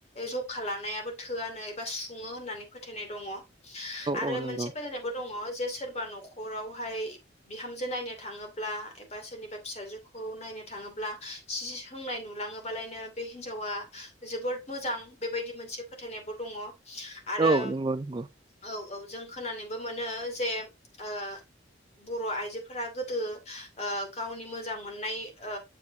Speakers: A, on the left; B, on the right.
A: जखा लानायाबो थोआनो एबा सुङो होननानै फोथायनाय दङ आरो
B: औ नंगौ
A: मोनसे फोथायनायबो दङ जे सोरबा न'खरावहाय बिहामजो नायनो थाङोब्ला एबा सोरनिबा फिसाजोखौ नायनो थाङोब्ला सि सोंनाय नुलाङोबालायनो बे हिनजावा जोबोद मोजां बेबायदि मोनसे फोथायनायबो दङ। आरो
B: औ नंगौ नंगौ
A: औ औ जों खोनानोबो मोनो जे ओ बर' आइजोफोरा गोदो ओ गावनि मोजां मोननाय ओ